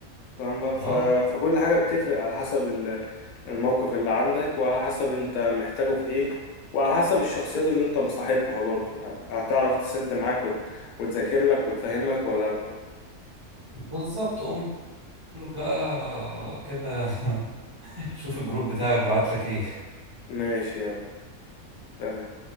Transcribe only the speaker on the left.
فاهمة ف...
فكل حاجة بتفرق على حسب ال- الموقف اللي عندك وعلى حسب انت محتاجه في ايه وعلى حسب الشخصيات اللي انت مصاحبها برضو ه- هتعرف تسد معاك وت... وتذاكر لك وتفهمك ولا لا
ماشي يلا سلام.